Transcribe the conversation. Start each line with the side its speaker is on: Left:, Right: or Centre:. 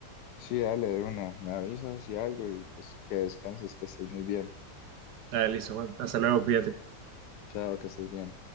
Left: Sí, dale de una, me avisas y algo y pues que descanses, que estés muy bien.
Right: Dale, listo, Juan. Hasta luego, cuídate.
Left: Chao, que estés bien.